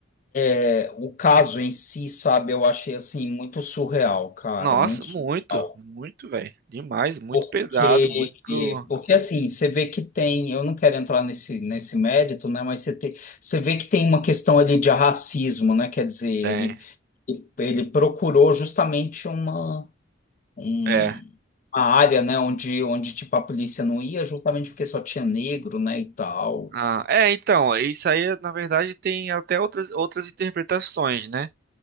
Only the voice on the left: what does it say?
é, o caso em si, sabe? Eu achei, assim, muito surreal, cara,
muito
surreal.
Porque,
porque assim, você vê que tem. Eu não quero entrar nesse, nesse mérito, né? Mas você, tem, você vê que tem uma questão ali de racismo, né? Quer dizer, ele,
ele procurou justamente uma. um-
uma área, né, onde, onde tipo a polícia não ia, justamente porque só tinha negro, né, e tal.